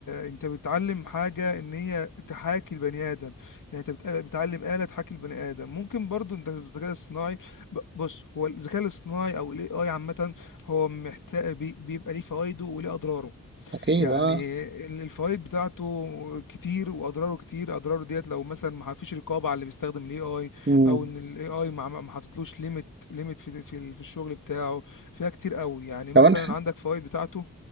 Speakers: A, on the left; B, on the right.
A: انت بتعلم حاجة ان هي تحاكي البني ادم يعني انت بتقل- بتعلم آلة تحاكي البني ادم ممكن برضو انت الذكاء الصناعي ب- بص هو الذكاء الاصطناعي او الاي اي عامة هو محتاج بي- بيبقى ليه فوائده وليه اضراره
B: أكيد
A: يعني
B: أه
A: ال- الفوائد بتاعته كتير واضراره كتير اضراره ديت لو مثلا ما فيش رقابة على اللي بيستخدم الاي اي
B: مم.
A: او ان الاي اي ما ما حطتلوش ليميت ليميت في في في الشغل بتاعه فيها كتير قوي يعني
B: كمان
A: مثلا عندك فوائد بتاعته